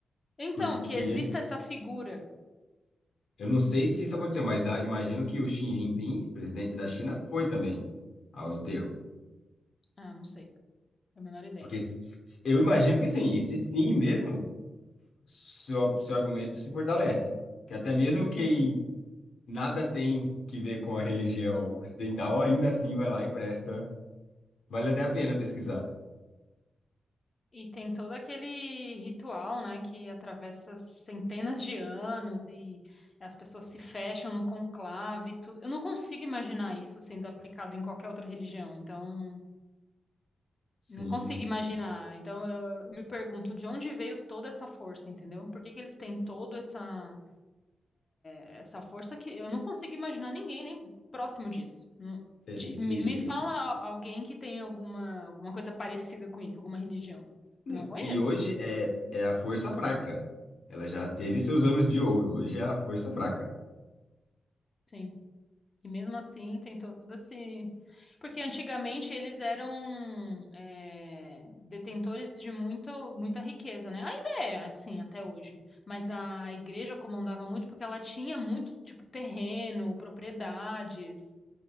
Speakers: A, on the left; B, on the left.
A: Então,
B: porque
A: que exista essa figura.
B: eu não sei se isso aconteceu, mas ah, imagino que o Xi Jinping, presidente da China, foi também. ao enterro?
A: Ah, não sei, é a menor ideia.
B: Porque s- s- eu imagino que sim, e se sim mesmo, seu, seu argumento se fortalece. Que até mesmo quem nada tem que ver com a religião ocidental, ainda assim vai lá e presta. Vale até a pena pesquisar.
A: E tem todo aquele ritual, né, que atravessa centenas de anos e as pessoas se fecham no conclave e tudo. Eu não consigo imaginar isso sendo aplicado em qualquer outra religião, então
B: Sim.
A: não consigo imaginar. Então eu, eu me pergunto de onde veio toda essa força, entendeu? Por que que eles têm todo essa Essa força que eu não consigo imaginar ninguém nem próximo disso. Não-
B: É,
A: de-
B: e, se-
A: me,
B: e-
A: me fala
B: e-
A: a- alguém que tem alguma, alguma coisa parecida com isso, alguma religião.
B: não.
A: Não conheço.
B: E hoje é, é a força fraca. Ela já teve seus anos de ouro, hoje é a força fraca.
A: Sim. E mesmo assim tem todo esse. Porque antigamente eles eram é, detentores de muito, muita riqueza, né? Ainda é assim até hoje. Mas a a igreja comandava muito porque ela tinha muito, tipo, terreno, propriedades.